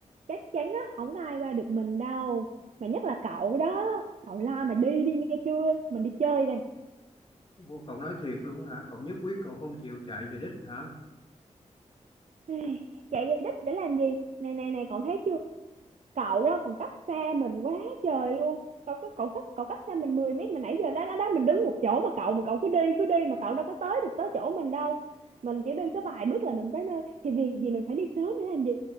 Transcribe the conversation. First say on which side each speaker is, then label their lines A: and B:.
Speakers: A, on the right; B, on the left.
A: chắc chắn á không có ai qua được mình đâu mà nhất là cậu đó cậu la mà đi đi nghe chưa mình đi chơi đây
B: Ô, Cậu nói thiệt luôn hả? Cậu nhất quyết cậu không chịu chạy về đích hả?
A: <sighs> chạy về đích để làm gì này này này cậu thấy chưa cậu á còn cách xa mình quá trời luôn cậu có cậu cách cậu cách xa mình 10 mét mà nãy giờ đó đó đó mình đứng một chỗ mà cậu mà cậu cứ đi cứ đi mà cậu đâu có tới được tới chỗ mình đâu mình chỉ đi có vài bước là mình tới nơi thì việc gì mình phải đi sớm để làm gì